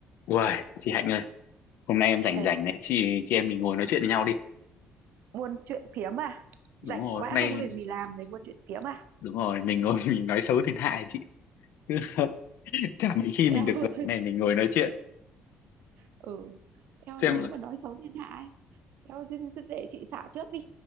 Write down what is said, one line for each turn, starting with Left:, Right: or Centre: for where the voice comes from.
Left: Uầy, chị Hạnh ơi, hôm nay em rảnh rảnh
Right: Ê,
Left: này, chị chị em mình ngồi nói chuyện với nhau đi.
Right: buôn chuyện phiếm à?
Left: Đúng
Right: Rảnh
Left: rồi,
Right: quá
Left: hôm nay
Right: không có việc gì làm để buôn chuyện phiếm à?
Left: đúng rồi, mình ngồi <laughs> mình nói xấu thiên hạ ấy chị. <laughs> Chả mấy khi mình
Right: Eo
Left: được rảnh
Right: ơi,
Left: này mình
Right: <laughs>
Left: ngồi nói chuyện.
Right: ừ. Eo ơi,
Left: Xem
Right: nếu mà nói xấu thiên hạ ấy, eo ơi, thế- thế để chị xả trước đi.